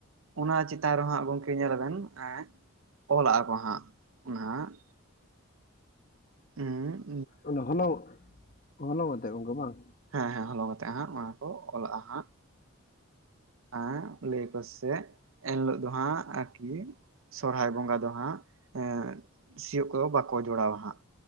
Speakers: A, on the right; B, on the left.
A: ᱚᱱᱟ ᱪᱮᱛᱟᱱ ᱨᱮᱦᱟᱸᱜ ᱜᱚᱢᱠᱮ ᱧᱮᱞ ᱟᱵᱮᱱ ᱮ ᱚᱞᱟᱜ ᱟᱠᱚ ᱦᱟᱸᱜ ᱚᱱᱟᱦᱟᱸᱜ ᱦᱩᱻ
B: ᱚᱱᱟ ᱦᱚᱞᱚᱝ ᱦᱚᱞᱚᱝᱛᱮ ᱜᱚᱢᱠᱮ ᱵᱟᱝ
A: ᱦᱮᱸ ᱦᱮᱸ ᱦᱚᱞᱚᱝ ᱟᱛᱮᱜ ᱦᱟᱸᱜ ᱚᱱᱟ ᱠᱚ ᱚᱞᱟᱜᱼᱟ ᱦᱟᱸᱜ ᱮᱸ ᱞᱟᱹᱭ ᱟᱠᱚ ᱥᱮ ᱮᱱ ᱦᱤᱞᱳᱜ ᱫᱚ ᱦᱟᱸᱜ ᱟᱨᱠᱤ ᱥᱚᱨᱦᱟᱭ ᱵᱚᱸᱜᱟ ᱫᱚ ᱦᱟᱸᱜ ᱮ ᱥᱤᱭᱳᱜ ᱠᱚᱫᱚ ᱵᱟᱠᱚ ᱡᱚᱲᱟᱣᱟ ᱦᱟᱸᱜ